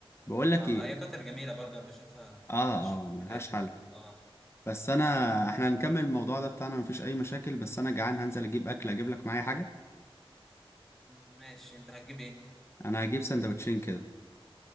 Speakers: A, on the left; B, in the centre.
A: بقول لك
B: اه
A: ايه
B: هي قطر جميله برضو انا بشوفها
A: اه
B: بشوفها في
A: اه ملهاش
B: الفيديوهات
A: حل
B: اه
A: بس انا احنا هنكمل الموضوع ده بتاعنا مفيش اي مشاكل بس انا جعان هنزل اجيب اكل اجيب لك معايا حاجه
B: ماشي انت هتجيب ايه
A: انا هجيب سندوتشين كده